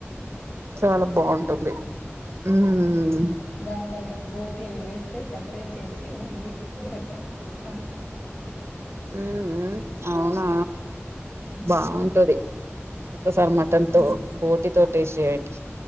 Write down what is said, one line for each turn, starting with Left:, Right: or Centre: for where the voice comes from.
Right: చాలా బావుం టుంది మ్
Left: దాంతో అవి బోటీ అవి వేస్తే సపరేట్ చేసి ఓన్లీ కూరక్కడ తింటాను.
Right: మ్ మ్ అవునా
Left: ఉమ్,
Right: బావుంటది ఒక్కసారి మ అత్తన్తో
Left: ఉమ్.
Right: బోటితో టేస్ట్ చేయండి